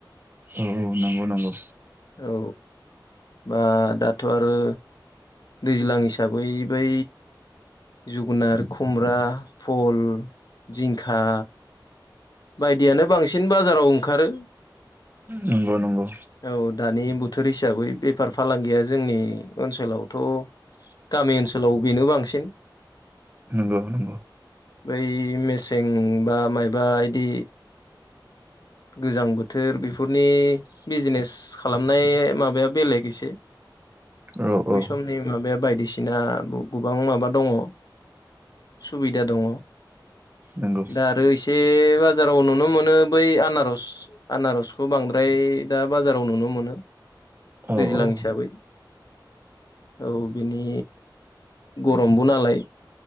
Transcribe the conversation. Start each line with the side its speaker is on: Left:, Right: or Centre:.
Right: औ औ नंगौ नंगौ
Left: औ बा दाथ आरो दैज्लां हिसाबै बै जोगोनार खुमब्रा फल जिंखा बायदियानो बांसिन बाजाराव ओंखारो
Right: नंगौ नंगौ
Left: औ दानि बोथोर हिसाबै बेफार फालांगिया जोंनि ओनसोलावथ गामि ओनसोलाव बेनो बांसिन
Right: नंगौ नंगौ
Left: बै मेसें बा मायबा इदि गोजां बोथोर बेफोरनि बिजिनेस खालामनाय माबाया बेलेग एसे
Right: औ
Left: बैसम
Right: औ
Left: नि माबाया बायदिसिना गोबां माबा दङ सुबिदा दङ
Right: नंगौ
Left: दा आरो एसे बाजाराव नुनो मोनो बै आनार रज आनारसखौ बांद्राय दा बाजाराव नुनो मोनो
Right: औ
Left: दैज्लां
Right: औ
Left: हिसाबै औ बिनि गरमबो नालाय